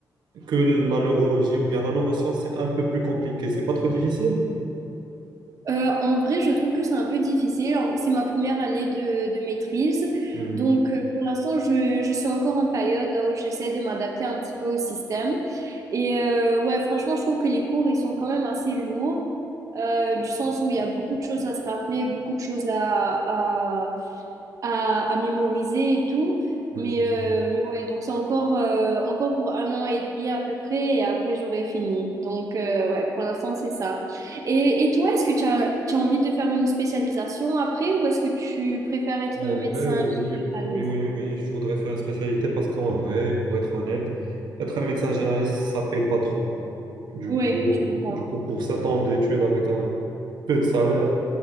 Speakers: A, on the right (about 80°); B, on the right (about 50°).
A: que la neurologie ou bien la neuroscience, c'est un peu plus compliqué. C'est pas trop difficile.
B: Euh, en vrai, je trouve que c'est un peu difficile. Alors, C'est ma première année de, de maîtrise.
A: Mhm.
B: Donc, euh, pour l'instant, je, je suis encore en période là où j'essaie de m'adapter un petit peu au système. Et euh, ouais, franchement, je trouve que les cours, ils sont quand même assez lourds, euh, du sens où il y a beaucoup de choses à se rappeler, beaucoup de choses à, à, à mémoriser et tout.
A: Oui.
B: Mais, euh, mais ouais, donc c'est encore, euh, encore pour un an et demi à peu près, et après j'aurai fini. Donc euh, ouais, pour l'instant c'est ça. Et, et toi, est-ce que tu as, tu as envie de faire une spécialisation après, ou est-ce que tu préfères être
A: En
B: médecin
A: vrai, oui,
B: généraliste?
A: oui, oui, oui, je voudrais faire une spécialité parce qu'en vrai, pour être honnête, être un médecin généraliste, ça paye pas trop. Du
B: Ouais,
A: coup,
B: je comprends.
A: du coup, pour sept ans d'études avec un peu de salaire,